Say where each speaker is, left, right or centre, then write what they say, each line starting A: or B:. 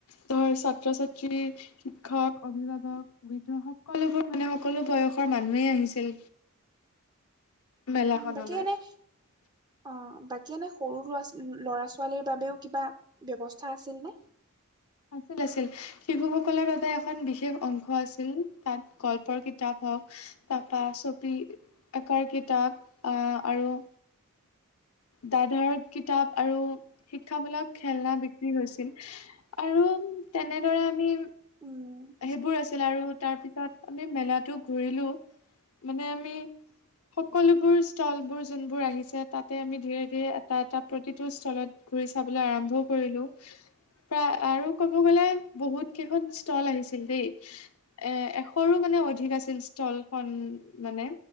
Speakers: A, on the left (about 80°); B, on the right (about 20°).
A: ধৰ ছাত্ৰ ছাত্ৰী শিক্ষক অভিভাৱক বৃদ্ধ সকলোবোৰ মানে সকলো বয়সৰ মানুহয়েই আহিছিল মেলাখনলৈ।
B: বাকী এনে অ', বাকী এনে সৰু লৰা ল'ৰা ছোৱালীৰ বাবেও কিবা ব্যৱস্থা আছিল নে?
A: আছিল আছিল শিশুসকলৰ বাবে এখন বিশেষ অংশ আছিল তাত গল্পৰ কিতাপ হওক ততপা চপি আকাৰ কিতাপ আ, আৰু দাধৰ কিতাপ আৰু শিক্ষামূলক খেলনা বি গৈছিল আৰু তেনেদৰে আমি
B: উম
A: সেইবোৰ আছিল আৰু তাৰ পিছত আমি মেলাতো ঘূৰিলো মানে আমি সকলোবোৰ স্থলবোৰ যোনবোৰ আহিছে তাতে আমি ধীৰে ধীৰে এটা এটা প্ৰতিটো স্থলত ঘুৰি চাবলৈ আৰম্ভও কৰিলো প্ৰায় আৰু ক'ব গ'লে বহুত কেইখন ষ্টল আহিছিল দেই এ এশৰো মানে অধিক আছিল ষ্টলখন মানে